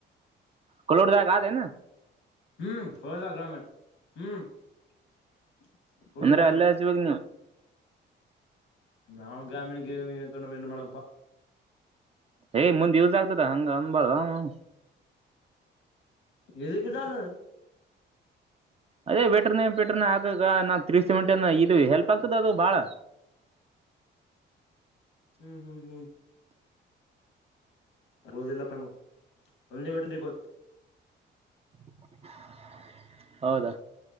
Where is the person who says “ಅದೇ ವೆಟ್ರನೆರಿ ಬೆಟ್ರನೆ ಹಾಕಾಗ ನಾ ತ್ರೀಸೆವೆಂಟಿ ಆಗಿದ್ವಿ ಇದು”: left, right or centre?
Right